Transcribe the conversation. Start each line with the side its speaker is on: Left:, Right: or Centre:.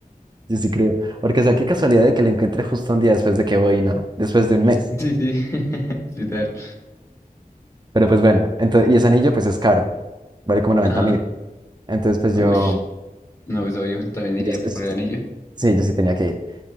Right: yo sí creo. Porque, o sea, qué casualidad de que lo encuentre justo un día después de que voy, ¿no? Después de un mes.
Left: Sí, sí, <laughs> literal.
Right: Pero pues bueno, entonces, y ese anillo pues es caro. Vale como noventa
Left: Ajá,
Right: mil. Entonces pues
Left: uy,
Right: yo,
Left: no, pues obvio, también iría
Right: yo,
Left: por el anillo.
Right: sí, yo sí tenía que ir.